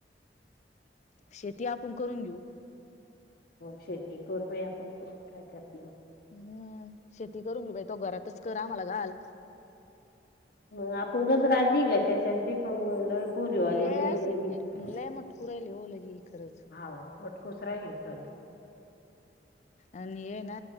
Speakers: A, on the left (about 55°); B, on the left (about 40°).
A: <inaudible>
B: शेती आपण करून घेऊ.
A: शेती कर बया पण काय करायच.
B: हम्म. शेती करून घे बाई तो घरातच कर आम्हाला घाल.
A: मग आपण <unintelligible> म्हणलं. पूरीवाले
B: ये
A: लय
B: असे
A: लगीच --
B: लय मटकू राहिले हो लगी खरंच.
A: हाव बटकुस राहिले सर -- <inaudible>
B: आण हे ना